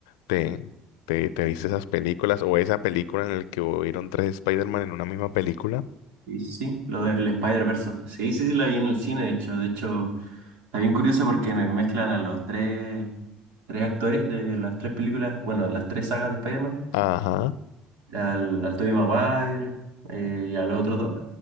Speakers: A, on the left; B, on the right.
A: te, te, te viste esas películas o esa película en la que hubieron tres Spider-Man en una misma película.
B: Sí, sí, sí, lo del Spider-Verse. Sí, sí, sí, la vi en el cine, de hecho. De hecho. Está bien curioso porque me- mezclan a los tres, tres actores de las tres películas, bueno, las tres sagas de Spider-Man,
A: Ajá.
B: al, al Tobey Maguire eh, y a los otros dos.